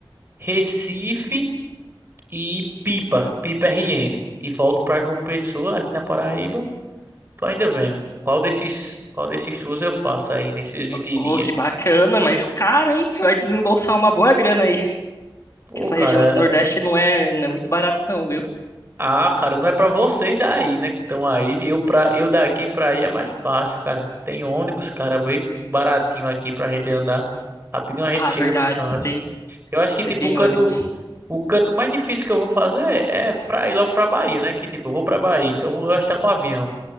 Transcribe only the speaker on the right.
Recife. e Pipa, Pipa RN. E volto pra João Pessoa, aqui na Paraíba. Tô ainda vendo. Qual desses, qual desses tours eu faço aí nesses 20
dias?
Pô,
cara.
Ah, cara, não é pra vocês daí, né, que estão aí. Eu pra, eu daqui pra aí é mais fácil, cara. Tem ônibus, cara, bem baratinho aqui pra gente andar. Rapidinho a gente
chega
nos cantos.
Eu acho que tipo
o canto
O canto mais difícil que eu vou fazer é pra ir logo pra Bahia, né? Que tipo, eu vou pra Bahia, então eu vou gastar com avião.